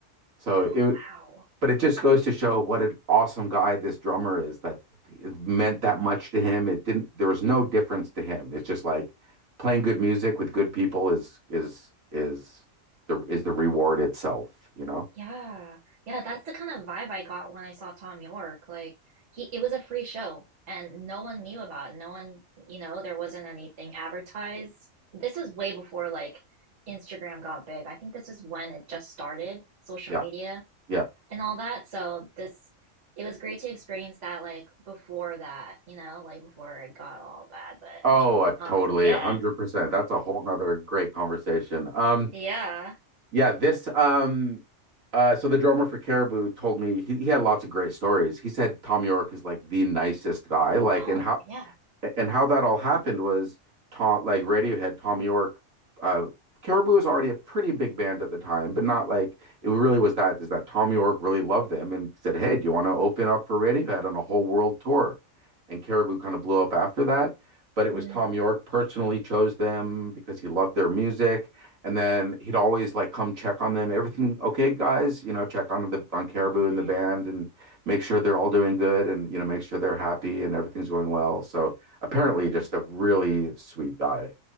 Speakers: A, on the right; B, on the right.
A: So
B: oh
A: it,
B: wow
A: but it just goes to show what an awesome guy this drummer is that it meant that much to him. It didn't, there was no difference to him. It's just like playing good music with good people is, is, is the, is the reward itself, you know?
B: Yeah. Yeah, that's the kind of vibe I got when I saw Tom York. Like he it was a free show and no one knew about it. No one, you know, there wasn't anything advertised. This was way before like Instagram got big. I think this is when it just started, social
A: Yeah.
B: media
A: Yeah.
B: and all that. So this it was great to experience that like before that, you know, like before it got all bad. But
A: Oh, uh, totally.
B: um yeah.
A: 100%. That's a whole nother great conversation. Um,
B: Yeah.
A: Yeah, this um uh so the drummer for Caribou told me he, he had lots of great stories. He said Tom York is like the nicest guy, like
B: Oh,
A: and how
B: yeah.
A: and how that all happened was Tom, like Radiohead, Tom York, uh, Caribou was already a pretty big band at the time, but not like it really was that. Is that Tom York really loved them and said, "Hey, do you want to open up for Radiohead on a whole world tour?" And Caribou kind of blew up after that. But it
B: Mm.
A: was Tom York personally chose them because he loved their music, and then he'd always like come check on them. Everything okay, guys? You know, check on the on Caribou
B: Oh man.
A: and the band and make sure they're all doing good and you know make sure they're happy and everything's going well. So apparently
B: hmm
A: just a really sweet guy.